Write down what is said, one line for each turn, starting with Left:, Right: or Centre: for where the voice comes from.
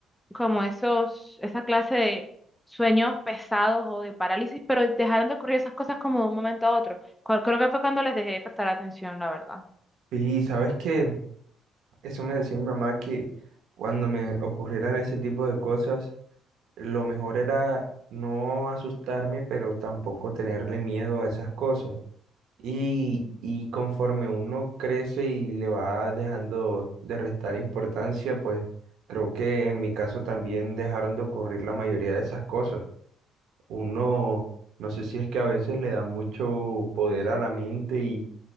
Centre: como esos, esa clase de sueños pesados o de parálisis, pero dejaron de ocurrir esas cosas como de un momento a otro. Cu- Creo que fue cuando les dejé de prestar atención, la verdad.
Right: Y sabes que eso me decía mi mamá que cuando me ocurrieran ese tipo de cosas, lo mejor era no asustarme, pero tampoco tenerle miedo a esas cosas. Y, y conforme uno crece y le va dejando de restar importancia, pues creo que en mi caso también dejaron de ocurrir la mayoría de esas cosas. Uno, no sé si es que a veces le da mucho poder a la mente y